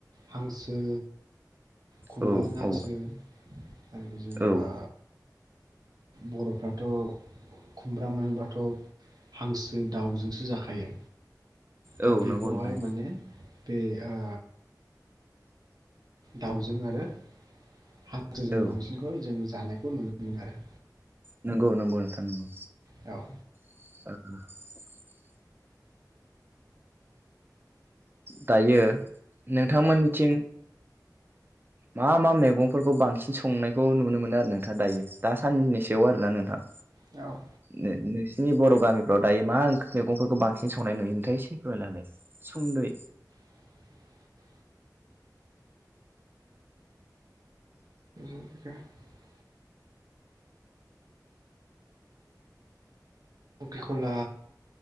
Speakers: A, on the right (about 65°); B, on the right (about 30°).
A: हांसो खुमब्राजों
B: औ
A: हांसो
B: औ
A: आरो बेजों
B: औ
A: ओ बर'फ्राथ' खुमब्रा मोनोब्लाथ' हांसो दाउजोंसो जाखायो दा
B: औ
A: बेखौहाय
B: नंगौ नोंथां।
A: माने बे ओ दाउजों आरो हांसोजों
B: औ
A: बांसिनखौ जों जानायखौ नुनो मोनो आरो
B: नंगौ नंगौ नोंथां नंगौ
A: औ
B: <inaudible> दायो नोंथांमोननिथिं मा मा मैगंफोरखौ बांसिन संनायखौ नुनो मोनो आरो नोंथां दायो दा साननैसोआव आरोना नोंथां
A: औ
B: नोंसिनि बर' गामिफ्राव दायो मा मैगंफोरखौ बांसिन संनाय नुयो नोंथाङा एसे फोरमायना होलाय नै
A: <inaudible> <inaudible> खांख्रिंख'ला